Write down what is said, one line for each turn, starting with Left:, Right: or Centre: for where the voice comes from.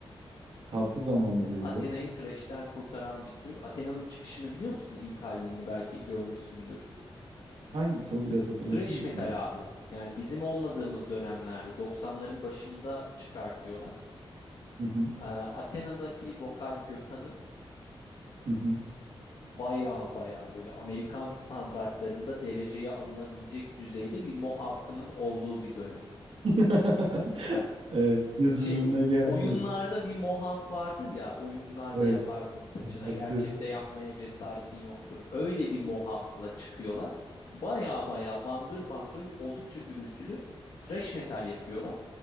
Right: Tatlı zamanlarıydı.
Left: Athena'yı thrash'ten kurtaran bir tür. Athena'nın çıkışını biliyor musun? İlk albümünü belki görmüşsündür.
Right: Hangisi o? Biraz hatırlatır
Left: Thrash
Right: mısın
Left: metal
Right: bana?
Left: abi. Yani bizim olmadığımız dönemlerde 90'ların başında çıkartıyorlar.
Right: Hı hı.
Left: Ee, Athena'daki vokal Gökhan'ın
Right: Hı hı.
Left: baya baya böyle Amerikan standartlarında dereceye alınabilecek düzeyde bir Mohawk'ının olduğu bir dönem.
Right: <laughs>
Left: Hani
Right: Evet, gözümün
Left: şey
Right: önüne geldi.
Left: oyunlarda bir Mohawk vardır ya oyunlarda
Right: Evet.
Left: yaparsın saçına
Right: Abartı.
Left: gerçekte yapmaya cesaretin yoktur. Öyle bir Mohawk'la çıkıyorlar. Baya baya bangır bangır oldukça gürültülü thrash metal yapıyorlar.